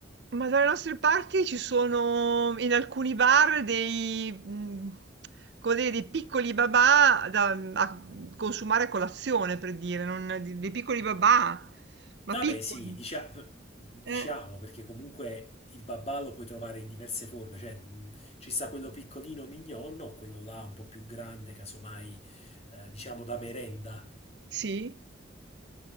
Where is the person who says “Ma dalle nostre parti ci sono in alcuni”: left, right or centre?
Right